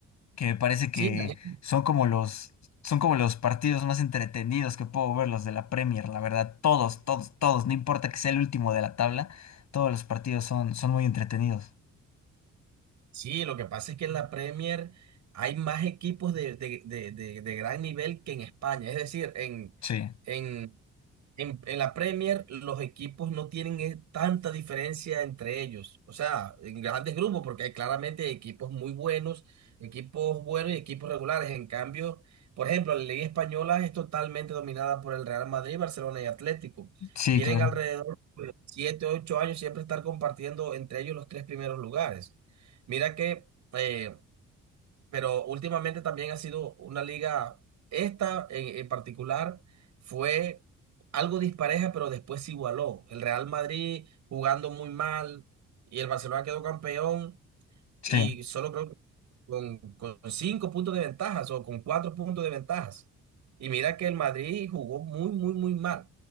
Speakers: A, on the left; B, on the right.
A: que me parece
B: Sí,
A: que
B: la liga.
A: son como los, son como los partidos más entretenidos que puedo ver, los de la Premier, la verdad, todos, todos, todos, no importa que sea el último de la tabla, todos los partidos son, son muy entretenidos.
B: Sí, lo que pasa es que en la Premier hay más equipos de, de- de- de- de gran nivel que en España. Es decir, en,
A: Sí,
B: en, En, en la Premier los equipos no tienen eh, tanta diferencia entre ellos, o sea, en grandes grupos, porque hay claramente equipos muy buenos, equipos buenos y equipos regulares. En cambio, por ejemplo, la Liga Española es totalmente dominada por el Real Madrid, Barcelona y Atlético.
A: sí,
B: Tienen
A: claro.
B: alrededor de 7 o 8 años siempre estar compartiendo entre ellos los tres primeros lugares. Mira que eh, pero últimamente también ha sido una liga, esta en, en particular fue algo dispareja, pero después se igualó. El Real Madrid jugando muy mal y el Barcelona quedó campeón
A: Sí,
B: y solo creo que con, con cinco puntos de ventajas o con cuatro puntos de ventajas. Y mira que el Madrid jugó muy, muy, muy mal.